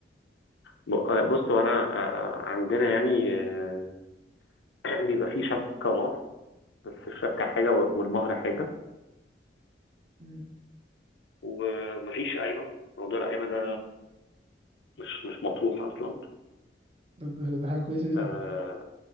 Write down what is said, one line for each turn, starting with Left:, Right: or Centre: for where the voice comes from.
Left: ب- آه، بص هو انا آه، آه، عندنا يعني آه، <clears throat> بيبقى في شبكة بس الشبكة حاجة و- والمهر حاجة
Right: مم.
Left: ومفيش قايمة موضوع القايمة ده مش مش مطروح أصلا
Right: طب ده ده حاجه كويسه جدا
Left: آه